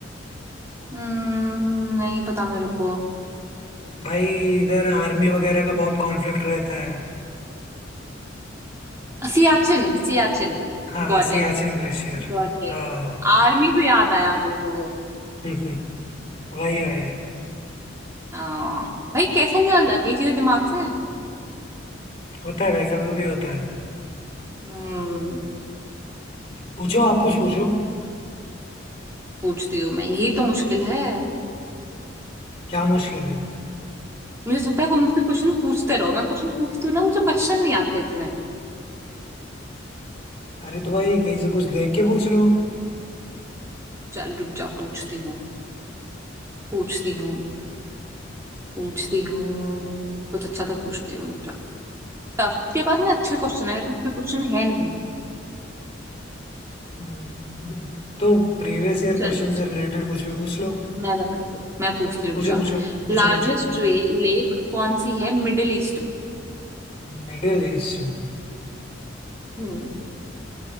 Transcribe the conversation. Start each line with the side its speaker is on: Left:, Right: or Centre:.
Right: अम्म, नहीं पता मेरे को
Left: भाई इधर आर्मी वगैरह का बहुत कॉन्फ्लिक्ट रहता है
Right: Siachen Siachen
Left: हाँ
Right: Got
Left: सियाचिन
Right: it
Left: ग्लेशियर
Right: got it
Left: हाँ
Right: Army पे याद आया मेरे को वो
Left: <laughs> वही भाई
Right: हाँ भाई कैसे निकल जाती है चीजें दिमाग से
Left: होता है भाई कभी कभी होता है
Right: हम्म
Left: पूछो आप कुछ पूछो
Right: पूछती हूँ मैं यही तो मुश्किल है
Left: क्या मुश्किल है
Right: मुझे लगता है कोई मुझसे क्वेश्चन पूछते रहो मैं क्वेश्चन पूछती हूँ ना मुझे क्वेश्चन नहीं आते इतने
Left: अरे तो भाई कहीं से कुछ देख के पूछ लो
Right: चल रुक जा पूछती हूँ पूछती हूँ पूछती हूँ कुछ अच्छा तो पूछती हूँ रुक जा टफ उसके पास ना अच्छे क्वेश्चन है अच्छे क्वेश्चन है नहीं
Left: हम्म, हम्म। तो प्रीवियस ईयर
Right: चल
Left: क्वेश्चन से रिलेटेड कुछ भी पूछ लो
Right: मैं बताती हूँ मैं पूछती रुक
Left: पूछो
Right: जा
Left: पूछो पूछो
Right: लार्जेस्ट
Left: पूछो
Right: लेक कौन सी है मिडिल ईस्ट में
Left: मिडिल ईस्ट में
Right: हम्म